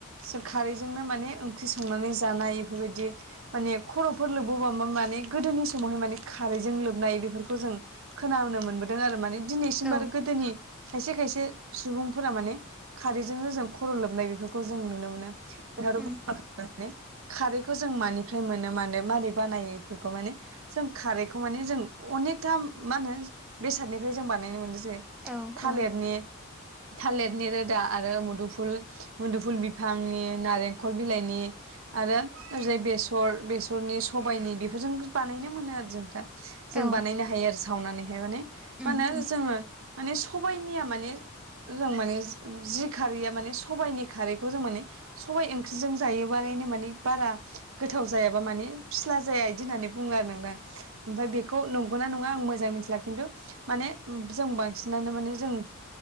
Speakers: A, on the right (about 65°); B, in the centre.
A: जों खारैजोंनो माने ओंख्रि संनानै जानाय इफोरबायदि माने खर'फोर लोबबोबा मा माने गोदोनि समावहाय माने खारैजों लोबनाय बेफोरखौ जों खोनाबोनो मोनबोदों आरो माने दिनैसिमबो
B: औ
A: आरो गोदोनि खायसे खायसे सुबुंफोरा माने खारैजोंनो जों खर' लोबनाय बेफोरखौ जों नुनो मोनो
B: उम
A: ‌। <unintelligible> खारैखौ जों मानिफ्राय मोनो मानो मारै बानायो बेफोरखौ माने जों खारैखौ माने जों अनेकथा मा होनो बेसादनिफ्राय जों बानायनो मोनदों जे
B: औ
A: थालिरनि
B: औ
A: थालिरनि रोदा आरो मुदुफुल मुदुफुल बिफांनि नारेंखल बिलाइनि आरो ओजै बेसर बेसरनि सबायाइनि बेफोरजों बानायनो मोनो आरो जोंफ्रा जों
B: औ
A: बानायनो हायो आरो सावनानैहाय माने
B: उम
A: मा होनो
B: उम
A: जोंङो माने सबाइनिया माने जों माने जि खारैया माने सबायाइनि खारैखौ जों माने सबाइ ओंख्रिजों जायोबालायनो माने बारा गोथाव जायाबा माने फिस्ला जाया बिदि होननानै बुङो आरो नोंथां। ओमफ्राय बेखौ नंगौना नङा आं मोजां मिथिला खिन्थु माने जों बांसिनानो माने जों